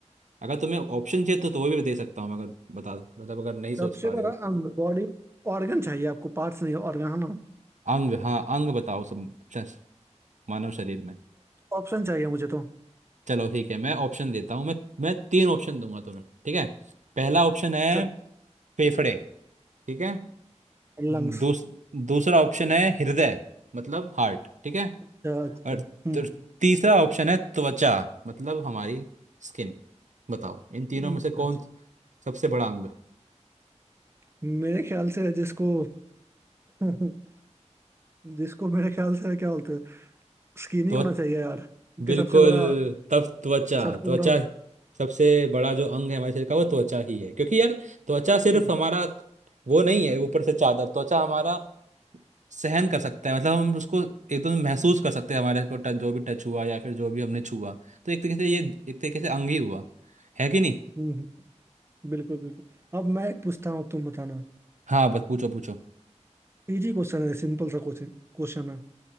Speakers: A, on the right; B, on the right.
A: अगर तुम्हें ऑप्शन चाहिए तो तो वो भी दे सकता हूँ मैं अगर बता मतलब अगर नहीं
B: सबसे
A: सोच पा
B: बड़ा
A: रहे हो
B: अंग बॉडी ऑर्गन चाहिए आपको पार्ट्स नहीं ऑर्गन है ना
A: अंग हाँ अंग बताओ सब शश- मानव शरीर में
B: ऑप्शन चाहिए मुझे तो
A: चलो ठीक है मैं ऑप्शन देता हूँ मैं मैं तीन ऑप्शन दूंगा तुम्हें ठीक है पहला ऑप्शन है
B: चलो
A: फेफड़े ठीक है दूस,
B: लंग्स
A: दूसरा ऑप्शन है हृदय मतलब हार्ट ठीक है
B: अच्छा अच्छा
A: और
B: हम्म
A: तर- तीसरा ऑप्शन है त्वचा मतलब हमारी स्किन बताओ इन तीनों
B: हम्म,
A: में से कौन
B: अच्छा, अच्छा।
A: सबसे बड़ा अंग
B: मेरे ख्याल से जिसको <laughs> जिसको मेरे ख्याल से क्या बोलते हैं स्किन
A: त्व
B: ही होना चाहिए यार क्योंकि
A: बिल्कुल
B: सबसे बड़ा
A: तब त्वचा
B: सबसे
A: त्वचा
B: बड़ा
A: सबसे बड़ा जो अंग है हमारे शरीर का वो त्वचा ही है क्योंकि यार त्वचा सिर्फ
B: हम्म,
A: हमारा वो नहीं है ऊपर से चादर त्वचा हमारा सहन कर सकता है मतलब हम उसको एकदम महसूस कर सकते हैं हमारे को टच जो भी टच हुआ या फिर जो भी हमने छुआ तो एक तरीके से ये एक तरीके से अंग ही हुआ है कि नहीं
B: हम्म, बिल्कुल बिल्कुल अब मैं एक पूछता हूँ तुम बताना
A: हाँ बस पूछो पूछो
B: इजी क्वेश्चन है सिंपल सा क्वेश्चन क्वेश्चन है